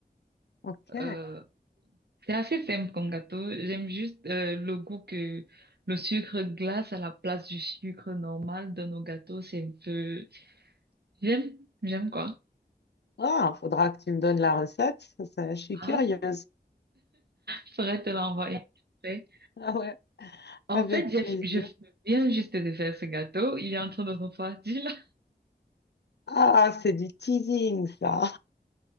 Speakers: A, on the left (about 80°); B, on the right (about 70°).
A: Ok.
B: Euh, c'est assez simple comme gâteau. J'aime juste euh, le goût que le sucre glace à la place du sucre normal dans nos gâteaux. C'est un peu... J'aime, j'aime quoi.
A: Ah, faudra que tu me donnes la recette. Ça, ça, je suis
B: Ah,
A: curieuse.
B: je pourrais te l'envoyer. après.
A: Ah ouais,
B: En
A: avec
B: fait, j'ai-
A: plaisir.
B: je viens juste de faire ce gâteau. Il est en train de refroidir là.
A: Ah, c'est du teasing, ça.